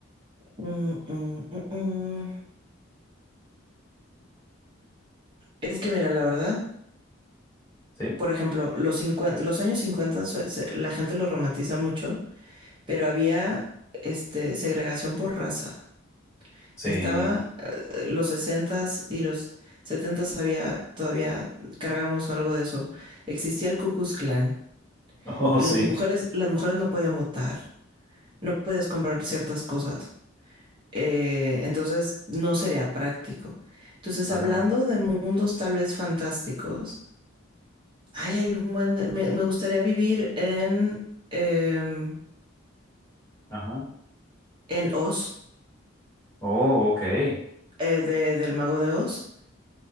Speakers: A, on the right; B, on the left.
A: Mm, mm, mm, mm. Es que mira, la verdad,
B: Sí,
A: por ejemplo, los cincuenta los años 50 se- se- la gente lo romantiza mucho, pero había este, segregación por raza.
B: sí.
A: Estaba
B: <laughs>
A: eh, los sesentas y los setentas había, todavía cargamos algo de eso. Existía el Ku Klux Klan.
B: Oh,
A: Las
B: sí.
A: mujeres, las mujeres no podían votar. no puedes comprar ciertas cosas. Eh, entonces no sería práctico. Entonces,
B: Ajá,
A: hablando de mundos tal vez fantásticos, ay, hay un buen, de- me, me gustaría vivir en, em,
B: ajá.
A: en Oz,
B: Oh, ok.
A: eh, de- del Mago de Oz.